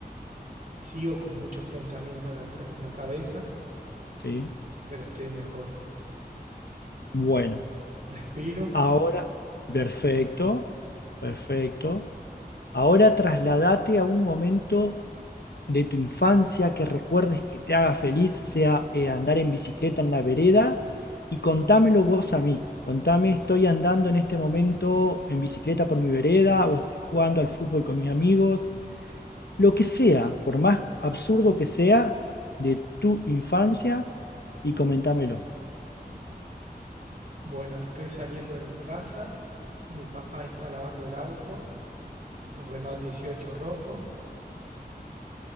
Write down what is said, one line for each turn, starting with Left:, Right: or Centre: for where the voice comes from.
Right: Sigo con muchos pensamientos en la, te- en la cabeza,
Left: ¿Sí?
Right: pero estoy mejor.
Left: Bueno,
Right: Respiro.
Left: ahora, perfecto, perfecto. Ahora trasladate a un momento de tu infancia que recuerdes que te haga feliz sea eh, andar en bicicleta en la vereda y contámelo vos a mí. Contame, estoy andando en este momento en bicicleta por mi vereda o estoy jugando al fútbol con mis amigos, lo que sea, por más absurdo que sea, de tu infancia y comentámelo.
Right: Bueno, estoy saliendo de mi casa. Mi papá está lavando el auto, un Renault 18 rojo.